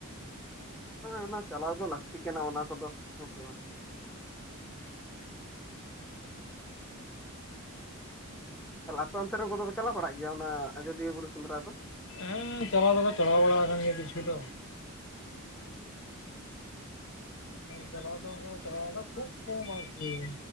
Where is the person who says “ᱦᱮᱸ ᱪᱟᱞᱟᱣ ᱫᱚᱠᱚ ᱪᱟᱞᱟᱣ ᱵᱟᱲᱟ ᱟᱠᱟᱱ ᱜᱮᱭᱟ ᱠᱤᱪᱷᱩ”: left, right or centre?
Left